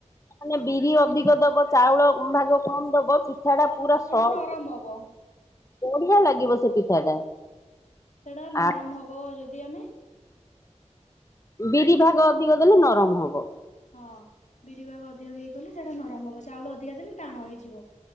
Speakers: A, on the left; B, on the left.
A: ମାନେ ବିରି ଅଧିକ ଦବ ଚାଉଳ ଭାଗ କମ୍ ଦବ ଚି ପିଠାଟା ପୁରା
B: ସେଟା
A: ସଫ୍ଟ
B: ନରମ ହବ।
A: ବଢିଆ ଲାଗିବ ସେ ପିଠା ଟା।
B: ସେଟା ନରମ
A: ଆ
B: ହବ ଯଦି ଆମେ
A: ବିରି ଭାଗ ଅଧିକ ଦେଲେ ନରମ ହବ।
B: ହଁ ବିରି ଭାଗ ଅଧିକ ଦେଇକି କଲେ ସେଟା ନରମ ହବ ଚାଉଳ ଅଧିକା ଦେଲେ ଟାଣ ହେଇଯିବ।